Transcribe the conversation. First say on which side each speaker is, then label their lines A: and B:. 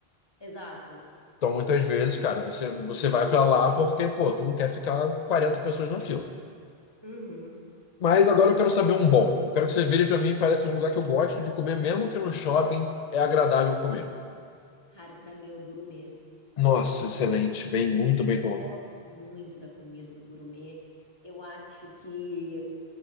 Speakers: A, on the left; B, on the left.
A: Exato.
B: Então, muitas vezes, cara, você, você vai pra lá porque, pô, tu não quer ficar 40 pessoas na fila.
A: Uhum.
B: Mas agora eu quero saber um bom. Eu quero que você vire pra mim e fale assim, um lugar que eu gosto de comer, mesmo que no shopping, é agradável comer.
A: Cara, pra mim é o gourmet.
B: Nossa, excelente. Bem, muito bem colocado.
A: Gosto muito da comida do gourmet. Eu acho que